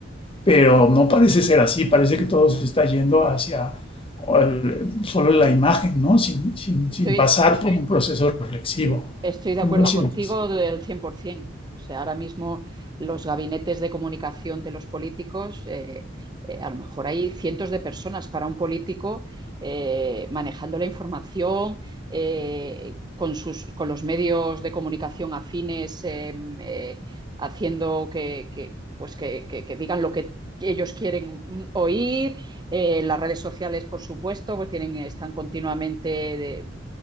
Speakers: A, on the left (about 30°); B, on the right (about 20°).
A: pero no parece ser así, parece que todo se está yendo hacia el, solo la imagen, ¿no? Sin, sin,
B: Estoy,
A: sin, pasar por un proceso reflexivo.
B: Estoy de
A: ¿Cómo
B: acuerdo
A: lo sientes?
B: contigo del 100%. O sea, ahora mismo los gabinetes de comunicación de los políticos, eh, eh, a lo mejor hay cientos de personas para un político eh, manejando la información eh, con, sus, con los medios de comunicación afines, eh, eh, haciendo que, que, pues que, que, que digan lo que ellos quieren mm, oír, eh, las redes sociales, por supuesto, pues tienen, están continuamente de,